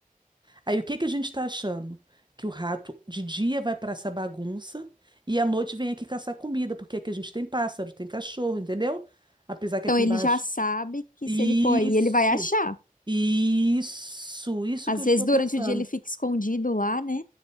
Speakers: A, on the right (about 30°); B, on the left (about 70°).
A: Aí o que que a gente está achando? Que o rato de dia vai para essa bagunça e à noite vem aqui caçar comida, porque aqui a gente tem pássaro, tem cachorro, entendeu? Apesar que
B: Então
A: aqui
B: ele
A: embaixo.
B: já sabe que
A: Isso,
B: se ele for aí, ele vai achar.
A: isso, isso
B: Às
A: que eu estou
B: vezes durante
A: pensando.
B: o dia ele fica escondido lá, né?